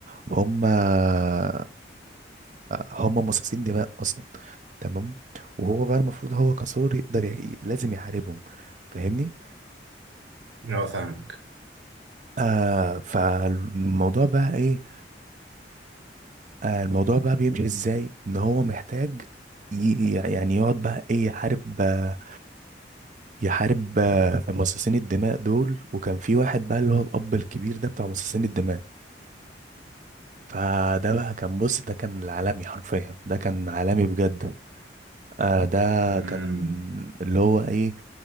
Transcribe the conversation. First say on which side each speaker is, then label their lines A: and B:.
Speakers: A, on the right; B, on the right.
A: هم آه، هم مصاصين دماء أصلا تمام وهو بقى المفروض هو كثور يقدر يح- لازم يحاربهم فاهمني
B: اه فاهمك
A: آه فالموضوع بقى ايه آه الموضوع بقى بيمشي ازاي ان هو محتاج ي- يعني يقعد بقى ايه يحارب آه يحارب آه في مصاصين الدماء دول وكان في واحد بقى اللي هو الاب الكبير ده بتاع مصاصين الدماء فده بقى كان بص ده كان العالمي حرفيا ده كان عالمي بجد آه ده
B: امم
A: كان اللي هو ايه